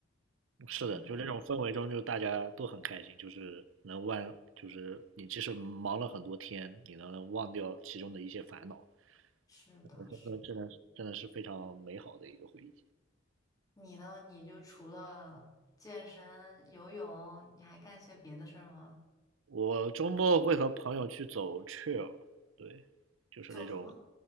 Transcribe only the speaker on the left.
嗯。
是的，
是的。你呢？你就除了健身、游泳，你还干些别的事儿吗？
走什么？